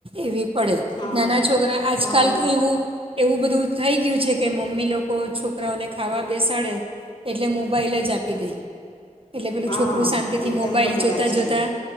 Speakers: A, on the right; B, on the left.
A: એવી પડે.
B: હા
A: નાના છોકરા આજકાલ
B: હા
A: તો એવું એવું બધું થઈ ગયું છે કે મમ્મી લોકો છોકરાઓને ખાવા બેસાડે, એટલે મોબાાઈલ જ આપી દઈ. એટલે પેલું
B: હા
A: છોકરું શાંતિ થી
B: એકદમ
A: મોબાઈલ
B: ખોટી
A: જોતા-જોતા
B: વાત છે